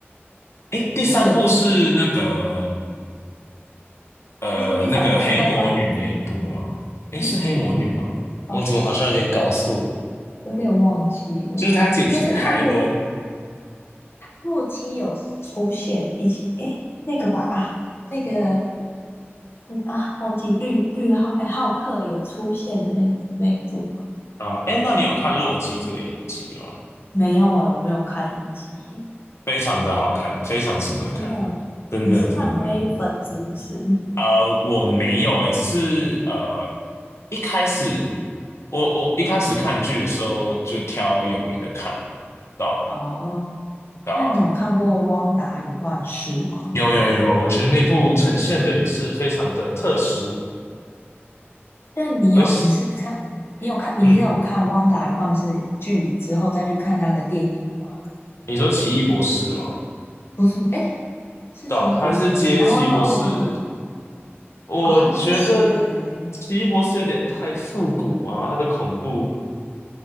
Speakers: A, on the left (about 80°); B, on the left (about 60°).
A: 诶，第三部是那个
B: 我个人
A: 呃那个黑魔女那一部吗？
B: 就是第三部跟他，
A: 诶，
B: 哎，
A: 是黑魔女吗？
B: 哦，
A: 我怎么好像有点搞错？
B: 嘘有点忘记了，
A: 就是她姐姐海伦
B: 应该是他洛洛基有出现一起，哎，那个吧啊，那个嗯啊，忘记绿绿浩哎浩克有出现的那那一部吗？
A: 啊。诶，那你有看《洛基》这个影集吗？
B: 没有哎、我没有看一集
A: 非常的好看，非常值得看，
B: 啊，真的，
A: 真的真的。
B: 你是漫威粉是不是？
A: 呃，我没有诶，只是呃一开始我我一开始看剧的时候就挑有名的看了，对
B: 哦，
A: 吧？
B: 那你有看过《汪达与幻视》吗？
A: 有有有，我觉得那部呈现的也是非常的特殊，
B: 但你有你是看你有看你是有看《汪达的幻视》剧之后再去看他的电影吗？
A: 而且，嗯，你说奇异博士吗？
B: 不是，哎，是奇异博士一起哦哦哦哦
A: 对啊，他是接奇异博士，我觉得
B: 哦，他们一起的，对对对。
A: 奇异博士有点太复古嘛，他的恐怖